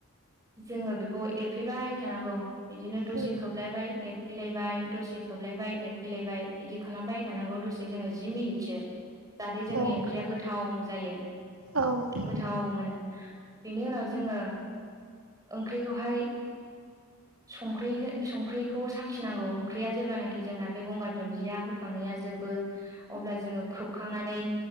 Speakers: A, on the right; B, on the right.
A: जोंङो बेखौ एरफैबाय थानांगौ बिदिनो दसे
B: उम
A: खोबलायबाय एरफैलायबाय दसे खोबलायबाय एरफैलायबाय इदि खालामबाय थानांगौ दसे जोंङो जि मिनिटसो जाहाथे जोंनि
B: औ
A: ओंख्रिया गोथाव जायो
B: औ औ
A: गोथाव मोनो बिनि उनाव जोंङो ओंख्रिखौहाय संख्रै संख्रैखौ साखिनांगौ ओंख्रिया जेब्लानाखि जोंना बे गंगार दुन्जिया होखांनाया जोबो बो अब्ला जोंङो खोबखांनानै